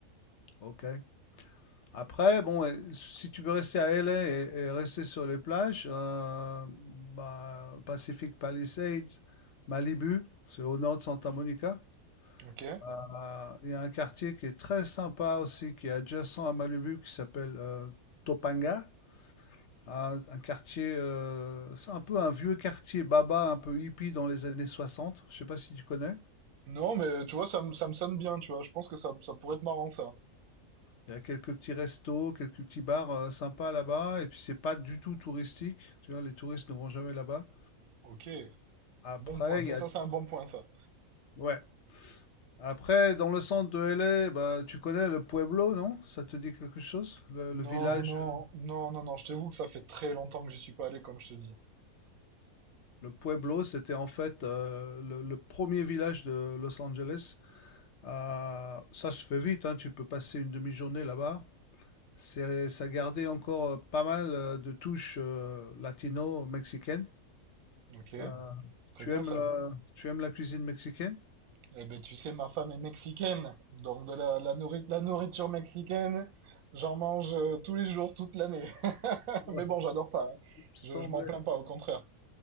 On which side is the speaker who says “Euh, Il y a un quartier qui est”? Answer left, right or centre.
Left